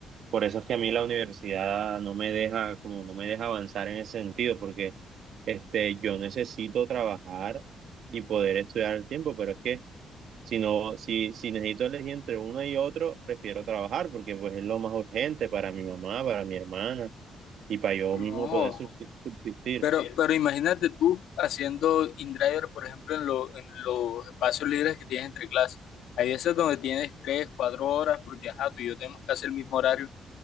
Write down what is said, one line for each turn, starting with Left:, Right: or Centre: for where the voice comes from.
Right: Por eso es que a mí la universidad no me deja, como no me deja avanzar en ese sentido, porque este, yo necesito trabajar y poder estudiar al tiempo, pero es que si no, si, si necesito elegir entre uno y otro, prefiero trabajar, porque pues es lo más urgente para mi mamá, para mi hermana, y para yo
Left: No,
Right: mismo poder subsist- subsistir.
Left: pero, pero imagínate tú haciendo in-driver, por ejemplo, en, lo- en los espacios libres que tienes entre clases. Hay veces donde tienes tres, cuatro horas, porque ajá, tú y yo tenemos casi el mismo horario